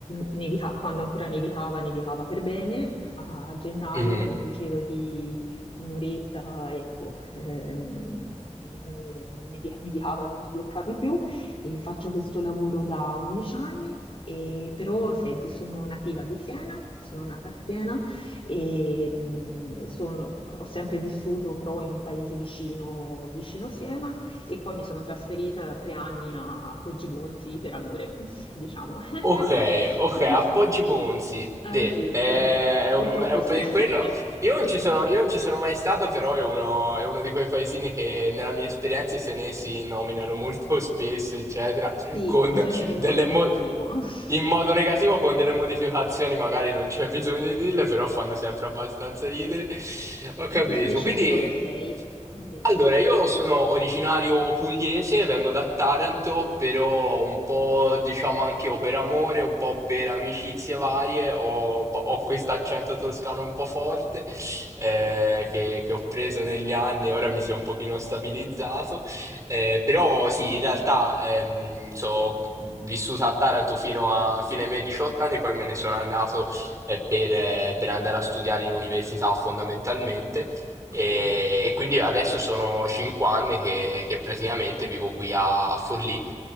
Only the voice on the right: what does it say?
Mhm.
Ok, ok, Appoggi Bonzi. De,
è,
è
un, è un
paese
quello Io non ci sono, io non ci sono mai stato, però è uno, è uno di quei paesini che nella mia esperienza i senesi nominano molto <laughs> spesso, eccetera,
con
delle
mo-
in modo negativo, con delle modificazioni, magari non c'è bisogno di dirle, però fanno sempre abbastanza ridere. Ho
capito.
Quindi,
allora, io sono originario pugliese, vengo da Taranto, però un po', diciamo, anche o per amore, un po' per amicizie varie, ho, ho questo accento toscano un po' forte eh, che, che ho preso negli anni e ora mi si è un pochino stabilizzato. Eh, però sì, in realtà ehm, so- vissuta a Taranto fino, a- fino ai miei 18 anni, poi me ne sono andato eh, per, eh, per andare a studiare in università fondamentalmente. E,
e quindi adesso sono 5 anni che, che praticamente vivo qui a, a Forlì.